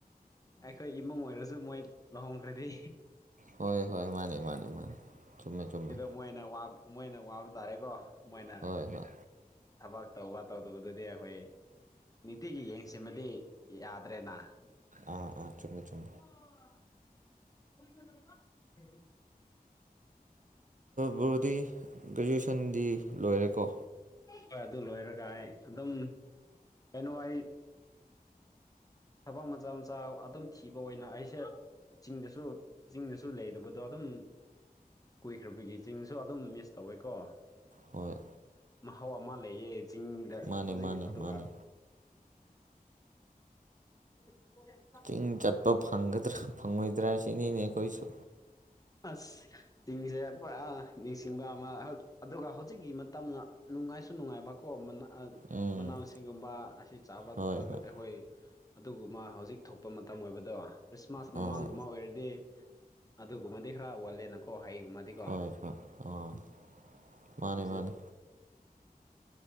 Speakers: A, on the left; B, on the right.
A: ꯑꯩꯈꯣꯏ ꯏꯃꯨꯡ ꯑꯣꯏꯔꯁꯨ ꯃꯣꯏ ꯂꯨꯍꯣꯡꯈ꯭ꯔꯗꯤ
B: ꯍꯣꯏ ꯍꯣꯏ ꯃꯥꯅꯦ ꯃꯥꯅꯦ ꯃꯥꯅꯦ ꯆꯨꯝꯃꯦ ꯆꯨꯝꯃꯦ
A: ꯃꯣꯏꯅꯕ ꯋꯥꯕ ꯃꯣꯏꯅ ꯋꯥꯕ ꯇꯥꯔꯦꯀꯣ ꯃꯣꯏꯅ
B: ꯍꯣꯏ ꯍꯣꯏ
A: ꯊꯕꯛ ꯇꯧꯕ ꯇꯧꯗꯕꯗꯨꯗꯤ ꯑꯩꯈꯣꯏ ꯅꯤꯇꯤꯒꯤ ꯌꯦꯡꯁꯟꯕꯗꯤ ꯌꯥꯗ꯭ꯔꯦꯅ
B: ꯑꯥ ꯑꯥ ꯆꯨꯝꯃꯦ ꯆꯨꯝ
A: <unintelligible>
B: ꯕꯣꯔꯣꯗꯤ ꯒ꯭ꯔꯦꯖꯨꯑꯦꯁꯟꯗꯤ ꯂꯣꯏꯔꯦꯀꯣ
A: ꯍꯣꯏ ꯑꯗꯨ ꯂꯣꯏꯔꯒ ꯑꯩ ꯑꯗꯨꯝ ꯀꯩꯅꯣ ꯑꯩ ꯊꯕꯛ ꯃꯆꯥ ꯃꯆꯥ ꯑꯗꯨꯝ ꯊꯤꯕ ꯑꯣꯏꯅ ꯑꯩꯁꯦ ꯆꯤꯡꯗꯁꯨ ꯆꯤꯡꯗꯁꯨ ꯂꯩꯕꯗꯣ ꯑꯗꯨꯝ ꯀꯨꯏꯈ꯭ꯔꯕꯒꯤ ꯆꯤꯡꯁꯨ ꯑꯗꯨꯝ ꯃꯤꯁ ꯇꯧꯋꯦꯀꯣ
B: ꯍꯣꯏ
A: ꯃꯍꯥꯎ ꯑꯃ ꯂꯩꯌꯦ ꯆꯤꯡꯗ
B: ꯃꯥꯅꯦ
A: ꯍꯧꯖꯤꯛ
B: ꯃꯥꯅꯦ
A: ꯑꯗꯨꯒ
B: ꯃꯥꯅꯦ
A: ꯍꯣ <inaudible> ꯍ <inaudible>
B: ꯏꯪ ꯆꯠꯄ ꯐꯪꯒꯗ꯭ꯔꯥ ꯐꯪꯉꯣꯏꯗ꯭ꯔꯥ ꯁꯤꯅꯤꯅꯦ ꯑꯩꯈꯣꯏꯁꯨ
A: ꯑꯁ ꯆꯤꯡꯁꯦ ꯄꯨꯔꯥ ꯅꯤꯡꯁꯤꯡꯕ ꯑꯃ ꯑꯗꯨꯒ ꯍꯧꯖꯤꯛꯀꯤ ꯃꯇꯝꯅ ꯅꯨꯡꯉꯥꯏꯁꯨ ꯅꯨꯡꯉꯥꯏꯕ ꯀꯣ
B: ꯎꯝ
A: ꯃꯅꯥ ꯃꯁꯤꯡꯒꯨꯝꯕ ꯑꯁꯤ ꯆꯥꯕ
B: ꯍꯣꯏ
A: ꯊꯛꯄꯒ
B: ꯍꯣꯏ
A: ꯑꯩꯈꯣꯏ ꯑꯗꯨꯒꯨꯝꯕ ꯍꯧꯖꯤꯛ ꯊꯣꯛꯄ ꯃꯇꯝ ꯑꯣꯏꯕꯗꯣ ꯈ꯭ꯔꯤꯁꯃꯥꯁ ꯃꯃꯥꯡꯒꯨꯝꯕ
B: ꯑꯥ
A: ꯑꯣꯏꯔꯗꯤ ꯑꯗꯨꯒꯨꯝꯕꯗꯤ ꯈꯔ ꯑꯣꯜꯂꯦꯅꯀꯣ ꯍꯩꯒꯨꯝꯕꯗꯤꯀꯣ
B: ꯍꯣꯏ
A: ꯍꯧꯖꯤꯛꯁꯦ
B: ꯍꯣꯏ ꯑꯥ ꯃꯥꯅꯦ ꯃꯥꯅꯦ